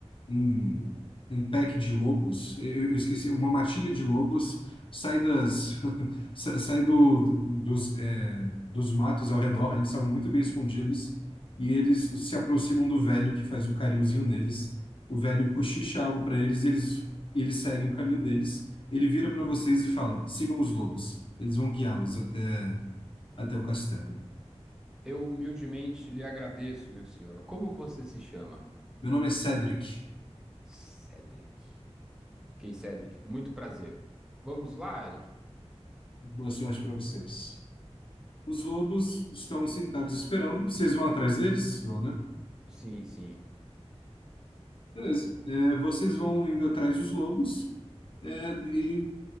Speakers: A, on the left; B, in the centre.
A: um, um pack de lobos, eu, eu esqueci, uma matilha de lobos sai das <laughs> sa- sai do, do- dos, é, dos matos ao redor, eles estavam muito bem escondidos e eles se aproximam do velho que faz o carinhozinho neles. O velho cochicha algo para eles, e eles e eles seguem o caminho deles. Ele vira para vocês e fala: "Sigam os lobos. Eles vão guiá-los até até o castelo."
B: eu humildemente lhe agradeço, meu senhor. Como você se chama?
A: Meu nome é Cedric.
B: Cedric. Ok, Cedric, muito prazer. Vamos lá, Eric?
A: Boa sorte para vocês. Os lobos estão sentados esperando. Vocês vão atrás deles? Vão, né?
B: Sim, sim.
A: Beleza. É, vocês vão indo atrás dos lobos é, e